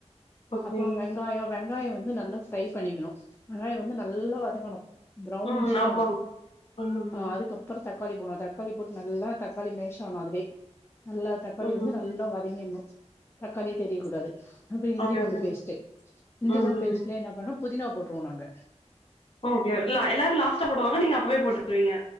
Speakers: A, on the left; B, on the left.
A: ஓகே
B: அப்றம் வெங்காயம் வெங்காயம் வந்து நல்லா ஃப்ரை பண்ணிக்கணு வெங்காயம் வந்து நல்லா வதங்கணு பிரவுனிஸ்ஷா
A: ம் ஆமாங்
B: ஆவ்னு
A: ஆமாங்க
B: அதுக்கப் ற தக்காளி போணு தக்காளி போட்டு நல்லா தக்காளி மேஷ் ஆனும் அதுலே நல்லா தக்காளி
A: ம்
B: வந்து நல்லா வதங்கினும் தக்காளியே தெரியக் கூடாது அப்றோ இஞ்சி
A: ஓகே
B: பூண்டு
A: ஓகே
B: பேஸ்ட் இஞ்சி
A: ம்
B: பூண்டு
A: ம்
B: பேஸ்ட்லே என்ன பண்ணனு புதினா போட்ருவோ நாங்க
A: ஓகே எல்லா எல்லாரு லாஸ்ட்டா போடுவாங்க நீங்க அப்பவே போட்ருவீங்க